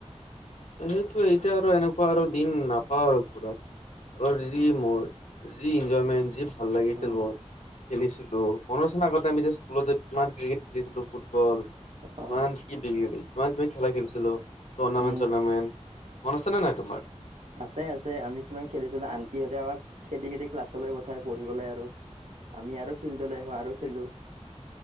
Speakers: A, on the left; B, on the right.
A: সেইটোে এতিয়া আৰু এনেকুৱা আৰু দিন নাপাও আৰু ঘূৰা আৰু
B: উম
A: যি মই যি ইনজয়মেণ্ট, যি ভাল লাগিছিল
B: উম
A: বৰ। খেলিছিলো মনোৰ ৰচনৰ আগতে আমি যে স্কুলত কিমান ক্ৰিকেট খেলিছিলো, ফুটবল
B: অ
A: তোমাৰ কি বিি তোমাৰ কিিবমান খেলা খেলছিলো ুৰ্নামেণ্ট-চৰ্নামেণ্ট।
B: উম
A: মনছে ননে নাই তোমাৰ?
B: আছে-আছে আমি কিমান খেলিছিলো। আন্টিহতে আমাক খেদি-খেদি ক্লাছলৈ পঠাই পঢ়িবলৈ আৰু। আমি আৰু ফিল্ডলৈ আহো আৰু
A: সেই-
B: খেলো।